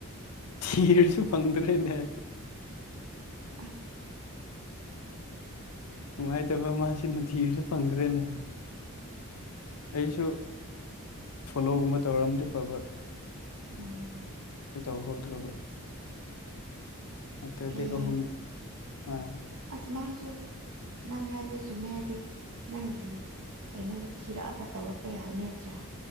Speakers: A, on the left (about 80°); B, on the right (about 75°).
A: ꯊꯤꯔꯁꯨ ꯐꯪꯗ꯭ꯔꯦꯅꯦ
B: ꯑꯁ
A: ꯅꯨꯡꯉꯥꯏꯇꯕ ꯃꯥꯁꯤꯅ ꯊꯤꯕꯁꯨ ꯐꯪꯗ꯭ꯔꯦꯅꯦ ꯍꯥꯏ ꯑꯩꯁꯨ ꯐꯣꯂꯣꯒꯨꯝꯕ ꯇꯧꯔꯑꯝꯗꯤ ꯐꯕ
B: ꯎꯝ
A: ꯇꯧꯍꯧꯗ꯭ꯔꯕ ꯅꯠꯇ꯭ꯔꯗꯤ
B: ꯍꯌꯦꯡ
A: ꯑꯍꯨꯝ ꯑ
B: ꯑꯁ ꯃꯥꯁꯨ ꯅꯪ ꯍꯥꯏꯕꯗꯨ ꯆꯨꯝꯃꯦꯔꯗꯤ ꯅꯪꯒꯤ ꯀꯩꯅꯣꯗ ꯊꯤꯔꯛꯑꯒ ꯇꯧꯔꯛꯄ ꯌꯥꯕꯅꯦ ꯅꯠꯇ꯭ꯔꯥ